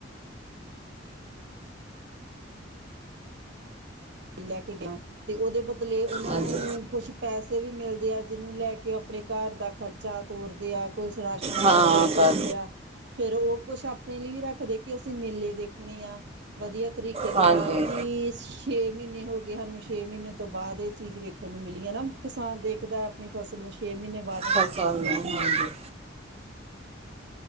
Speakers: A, on the right (about 60°); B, on the right (about 30°).
A: ਲੈ ਕੇ ਗਿਆ। ਤੇ ਉਹਦੇ ਬਦਲੇ ਉਹਨਾਂ
B: ਹਾਂਜੀ
A: ਨੂੰ ਕੁਛ ਪੈਸੇ ਵੀ ਮਿਲਦੇ ਆਂ। ਜਿਹਨੂੰ ਲੈ ਕੇ ਆਪਣੇ ਘਰ ਦਾ ਖਰਚਾ। ਖ਼ਰਚਾ ਤੋਰਦੇ ਆ ਕੁਛ ਰਾਸ਼ਨ
B: ਹਾਂ
A: ਪਾਣੀ ਲੈ ਕੇ
B: ਕਰ
A: ਆਉਂਦੇ ਆ। ਫੇਰ ਉਹ ਕੁਛ ਆਪਣੇ ਲਈ ਵੀ ਰੱਖਦੇ, ਕਿ ਅਸੀਂ ਮੇਲੇ ਦੇਖਣੇ ਆਂ। ਵਧੀਆ ਤਰੀਕੇ ਦੇ
B: ਹਾਂਜੀ
A: ਨਾਲ ਕਿ। ਛੇ ਮਹੀਨੇ ਹੋ ਗਏ ਸਾਨੂੰ, ਛੇ ਮਹੀਨੇ ਤੋਂ ਬਾਅਦ ਇਹ ਚੀਜ਼ ਵੇਖਣ ਨੂੰ ਮਿਲੀ ਹੈ ਨਾ ਕਿਸਾਨ ਦੇਖਦਾ‌ ਆਪਣੀ ਫਸਲ ਨੂੰ, ਛੇ ਮਹੀਨੇ ਬਾਅਦ ਉਹਨੂੰ
B: ਖਾਲਸਾ
A: ਇਹ ਚੀਜ਼
B: ਨੂੰ
A: ਮਿਲਦੀ
B: ਹਾਂਜੀ
A: ਆ।